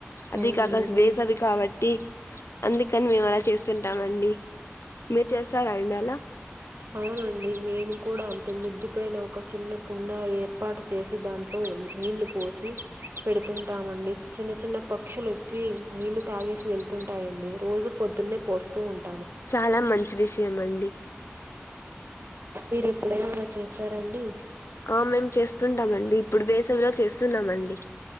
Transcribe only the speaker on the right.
అవునండి
మీ
అవునండి మేము కూడా అంతే మిద్ది పైన ఒక చిన్న కుండా ఏర్పాటు చేసి దాంట్లో నీళ్లు పోసి పెడుతుంటామని అ చిన్న చిన్న పక్క పక్షులు వచ్చి నీళ్లు తాగేసి వెళ్తుంటాయండి రోజు పొద్దున్నే పోస్తూ ఉంటాం.
మీరు ఎపుడైనా అలా చేశారండి?